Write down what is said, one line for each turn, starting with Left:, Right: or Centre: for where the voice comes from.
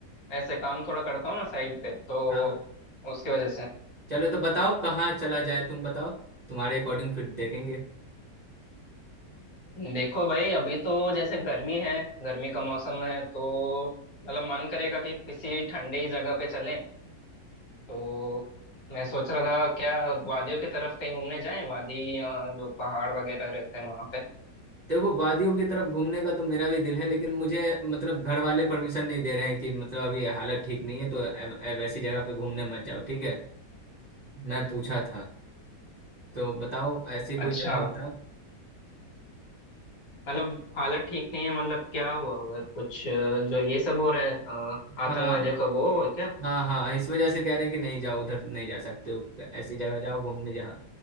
Left: ऐसे काम थोड़ा करता हूँ ना साइड पे तो
Right: हाँ
Left: उसकी वजह से
Right: चलो तो बताओ कहाँ चला जाए तुम बताओ तुम्हारे अकॉर्डिंग फिर देखेंगे
Left: देखो भाई अभी तो जैसे गर्मी है गर्मी का मौसम है तो मतलब मन करेगा कि किसी ठंडे ही जगह पे चलें तो मैं सोच रहा था क्या वादियों की तरफ कहीं घूमने जाएं वादी या जो पहाड़ वगैरह रहते हैं वहां पे
Right: देखो वादियों की तरफ घूमने का तो मेरा भी दिल है लेकिन मुझे मतलब घर वाले परमिशन नहीं दे रहे हैं कि मतलब अभी हालत ठीक नहीं है तो ऐ- ऐ- वैसी जगह पे घूमने मत जाओ ठीक है मैं पूछा था तो बताओ ऐसी कोई
Left: अच्छा
Right: जगह बताओ
Left: मतलब हालत ठीक नहीं है मतलब क्या हुआ उधर कुछ अ, जो ये सब हो रहा है अ, आतंकवादियों
Right: हाँ
Left: का वो है क्या
Right: हाँ हाँ इस वजह से कह रहे हैं कि नहीं जाओ उधर नहीं जा सकते हो ऐसी जगह जाओ घूमने जहाँ